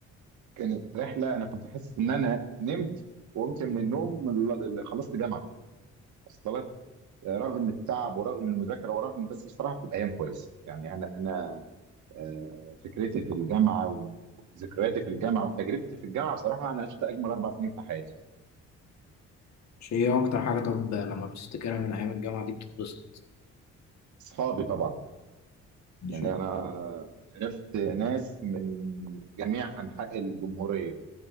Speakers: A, on the right; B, on the left.
A: كانت رحله انا كنت حاسس ان انا نمت وقمت من النوم ل- ل- خلصت جامعه اصل لك رغم التعب ورغم المذاكره ورغم بس بصراحه بتبقى ايام كويسه يعني انا انا آه، فكرتي في الجامعه وذكرياتي في الجامعه وتجربتي في الجامعه بصراحه انا عشت اجمل اربع سنين في حياتي
B: شيء إيه اكتر حاجه طب لما بتفتكرها من ايام الجامعه دي بتتبسط
A: اصحابي طبعا يعني
B: شيء
A: انا عرفت ناس من جميع انحاء الجمهوريه